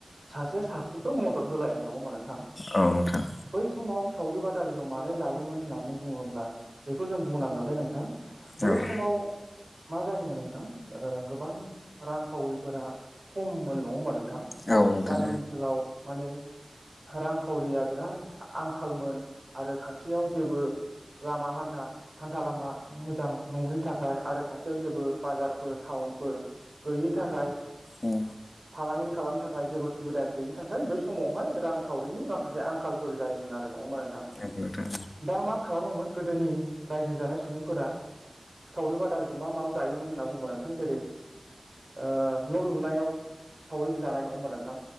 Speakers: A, on the right; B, on the left.
A: सासे सासेखौ मदद होलायनाय नङा नोंथां
B: औ नोंथां औ नोंथां
A: बै समाव सावरि बादा- -लिखौ मानो जायोमोन होननानै बुङोब्ला बेखौ जों बुंनांगोन दे नोंथां बै
B: औ
A: समाव मा जायोमोन नोंथां ओ गोबां रांखावरिफोरा खममोन नङा होमबा नोंथां
B: औ नोंथां
A: गामि ओनसोलाव माने रांखावरिया बिराद आंखालमोन आरो खाथियाव जेबो लामा हान्था हान्था लामा मोजां नङिनि थाखाय आरो खाथियाव जेबो बाजारफोर टाउनफोर गैयि थाखाय
B: औ
A: फालांगि खालामनो थाखाय जेबो सुबिदा गैयिनि थाखाय बै समावहाय रांखावरिनि माखासे आंखालफोर जायोमोन आरो नङा होमबा नोंथां
B: नोंथां
A: दा मा खालामोमोन गोदोनि रायजो जानाय सुबुंफोरा सावरि बादालिखौ मा मायाव जायोमोन होनना बुङो नोंथां जेरै ओ न' लुनायाव सावरिबो जानाय नङा होमबा नोंथां